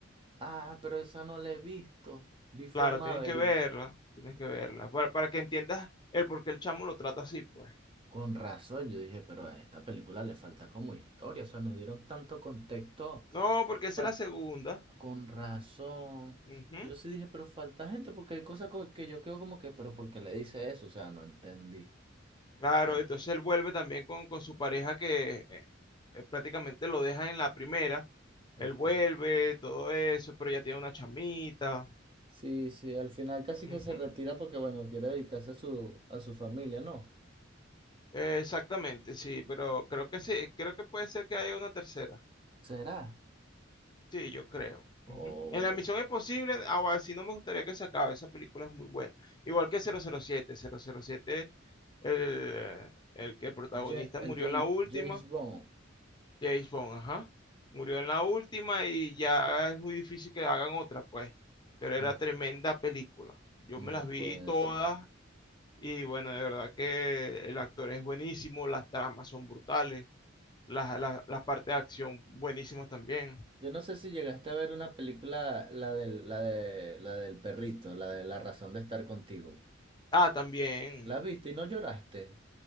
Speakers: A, on the right (about 25°); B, on the left (about 25°).
A: Ah, pero esa no la he visto. Vi fue
B: Claro,
A: Maverick.
B: tienes que verla, tienes que verla, para, para que entiendas el por qué el chamo lo trata así, pues.
A: Con razón, yo dije, pero a esta película le falta como historia, o sea, nos dieron tanto contexto.
B: No, porque esa
A: pa-
B: es la segunda.
A: con razón.
B: Ujú.
A: Yo sí dije, pero falta gente, porque hay cosas co- que yo quedo como que, pero ¿por qué le dice eso? O sea, no entendí.
B: Claro,
A: Pero,
B: entonces él vuelve también con, con su pareja que eh, eh, prácticamente lo deja en la primera.
A: ok.
B: Él vuelve, todo eso, pero ya tiene una chamita.
A: Sí, sí, al final casi
B: Ujú.
A: que se retira porque, bueno, quiere dedicarse a su, a su familia, ¿no?
B: Eh, Exactamente, sí, pero creo que sí, creo que puede ser que haya una tercera.
A: ¿Será?
B: Sí, yo creo.
A: o
B: Ujú. En La Misión Imposible, ahora sí no me gustaría que se acabe, esa película es muy buena. Igual que 007, 007, el, el que el protagonista
A: Ja- el
B: murió
A: Ja-
B: en la última,
A: James Bond.
B: James Bond, ajá, murió en la última y ya es muy difícil que hagan otra, pues, pero era
A: no,
B: tremenda película. Yo
A: no
B: me las vi
A: puede
B: todas
A: ser.
B: y bueno, de verdad que el actor es buenísimo, las tramas son brutales, las, las, las partes de acción buenísimas también.
A: Yo no sé si llegaste a ver una película, la del, la de, la del perrito, la de La razón de estar contigo.
B: Ah, también.
A: ¿La viste y no lloraste?